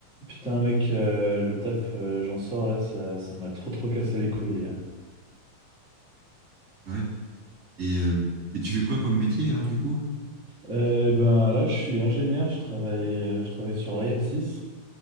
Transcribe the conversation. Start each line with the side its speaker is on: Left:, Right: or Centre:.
Centre: Putain, mec, euh, le taf, euh, j'en sors là, ça, ça m'a trop trop cassé les couilles.
Right: Ah ouais. Et, euh, et tu fais quoi comme métier alors du coup? Pour
Centre: Euh, et ben là, je suis ingénieur, je travaille, euh, je travaille sur Ariane 6.